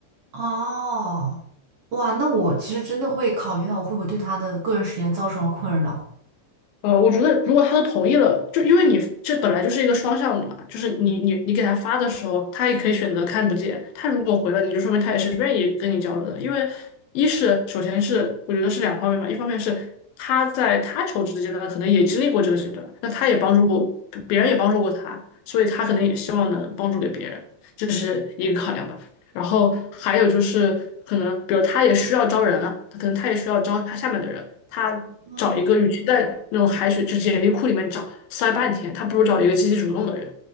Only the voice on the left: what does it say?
呃，我觉得如果他都同意了，就因为你这本来就是一个双向的嘛，就是你你你给他发的时候，他也可以选择看不见。他如果回了你，就说明他也是愿意跟你交流的。因为一是首先是我觉得是两方面吧，一方面是他在他求职的阶段可能也经历过这个阶段，那他也帮助过别人，也帮助过他，所以他可能也希望能帮助给别人，这是一个考量吧。然后还有就是可能，比如他也需要招人啊，可能他也需要招他下面的人，他找一个，
与其在那种海水就简历库里面找塞半天，他不如找一个积极主动的人。